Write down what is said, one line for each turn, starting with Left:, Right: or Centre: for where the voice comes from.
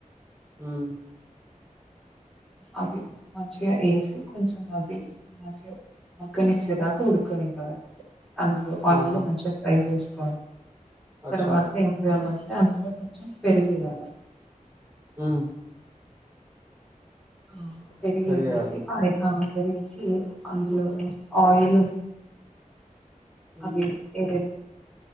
Right: హ్మ్
Centre: అది మంచిగా వేసి కొంచం అది మంచిగా మగ్గనెచేదాకా ఉడుకునియా అందు ఆయిల్
Right: ఆహా!
Centre: మంచిగా ఫ్రై చేసుకోవాలి
Right: అచ్చా!
Centre: తర్వాత ఏం చేయాల అందులో కొంచెం పెరిగు వేయాలే
Right: మ్మ్
Centre: ఆ పెరిగేసేసి
Right: పెరిగేయాల
Centre: ఆ పెరిగేసి అందులో
Right: ఓకే
Centre: ఆయిల్
Right: ఉమ్
Centre: అది ఏ